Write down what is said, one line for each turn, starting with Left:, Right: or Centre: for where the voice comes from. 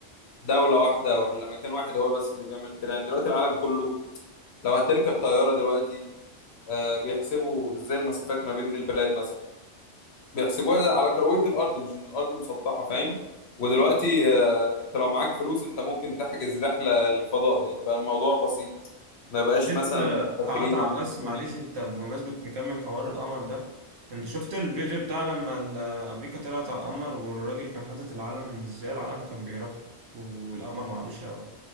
Left: دولة واحدة ولا مكان واحد هو بس اللي بيعمل كده يعني دلوقتي العالم كله لو هتركب طيارة دلوقتي آه، بيحسبوا ازاي المسافات ما بين البلاد مثلا بيحسبوها على كروية الأرض مش إن الأرض مسطحة فاهم ودلوقتي آه، أنت لو معاك فلوس أنت ممكن تحجز رحلة للفضاء يعني بقى الموضوع بسيط ما بقاش
Right: انت
Left: مثلا محتكرين
Right: هقطعك
Left: عن
Right: بس
Left: الأسبوعين
Right: معلش انت بمناسبة مكمل حوار القمر ده انت شفت الفيديو بتاع لما ال- امريكا طلعت على القمر والراجل كان حاطط العلم ازاي العلم كان بيرفعه والقمر معلوش هوا